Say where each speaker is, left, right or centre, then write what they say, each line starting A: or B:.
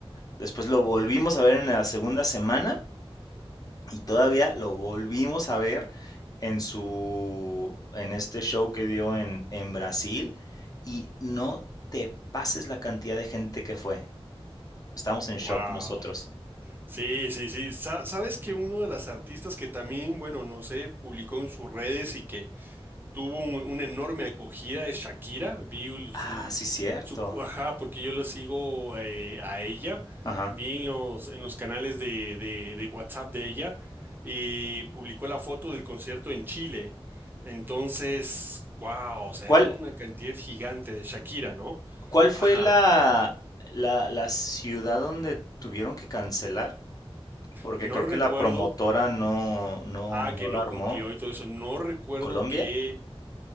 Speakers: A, on the left; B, on the right.
A: Después lo volvimos a ver en la segunda semana y todavía lo volvimos a ver en su, en este show que dio en, en Brasil. Y no te pases la cantidad de gente que fue. Estamos en
B: Wow.
A: shock nosotros.
B: Sí, sí, sí. Sa- sabes que uno de las artistas que también, bueno, no sé, publicó en sus redes y que tuvo un- una enorme acogida de Shakira, vi el-
A: Ah,
B: su,
A: sí, cierto.
B: su, ajá, porque yo lo sigo eh, a ella,
A: Ajá.
B: vi en los, en los canales de, de, de WhatsApp de ella, y publicó la foto del concierto en Chile. Entonces, wow, o sea,
A: ¿Cuál,
B: era una cantidad gigante de Shakira, ¿no?
A: cuál fue
B: Ajá.
A: la, la, la ciudad donde tuvieron que cancelar? Porque
B: No
A: creo
B: recuerdo,
A: que la promotora no, no,
B: ah,
A: no
B: que no
A: la armó.
B: cumplió y todo eso, no recuerdo
A: ¿Colombia?
B: qué